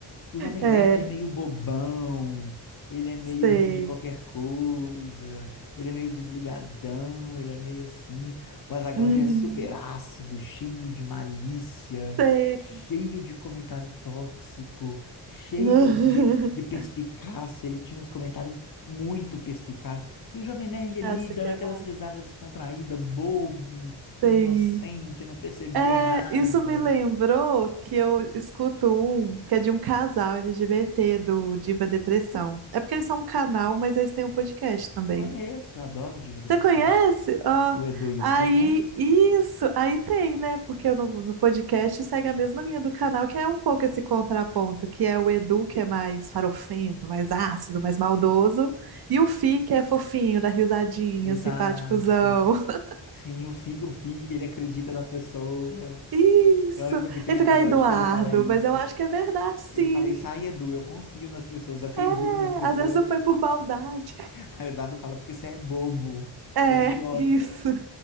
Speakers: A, on the left; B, on the right.
A: O Jovem
B: É,
A: Nerd é meio bobão, ele é meio
B: sei.
A: ri de qualquer coisa, ele é meio desligadão, ele é meio assim. O Azaghal
B: Uhum,
A: já é super ácido, cheio de malícia,
B: sei.
A: cheio de comentário tóxico, cheio
B: <laughs>
A: de, de perspicácia. Ele tinha uns comentários muito perspicazes. E o Jovem Nerd ali,
B: Acho
A: dando
B: que é
A: aquelas
B: bom.
A: risadas descontraídas, bobo,
B: Sei.
A: inocente, não percebia
B: É,
A: nada.
B: isso me lembrou que eu escuto um que é de um casal LGBT do Diva Depressão. É porque eles são um canal, mas eles têm um podcast também.
A: Conheço, adoro Diva Depressão.
B: Você conhece? Ó,
A: O Edu e
B: aí,
A: o Fi, né?
B: isso, aí tem, né? Porque no, no podcast segue a mesma linha do canal, que é um pouco esse contraponto, que é o Edu, que é mais farofento, mais ácido, mais maldoso, e o Fi, que é fofinho, dá risadinha,
A: Exato.
B: simpáticozão. <laughs>
A: Sim, o Fi, o Fi, ele acredita nas pessoas.
B: Isso!
A: Eu lembro que tem
B: E
A: um
B: fica
A: episódio
B: Eduardo,
A: que ele fala isso.
B: mas eu acho que é verdade, sim.
A: Ele fala isso, ai, Edu, eu confio nas pessoas, eu acredito
B: É,
A: nas pessoas.
B: às vezes não foi por maldade.
A: Aí o Eduardo fala, porque você é bobo,
B: É,
A: você é idiota.
B: isso.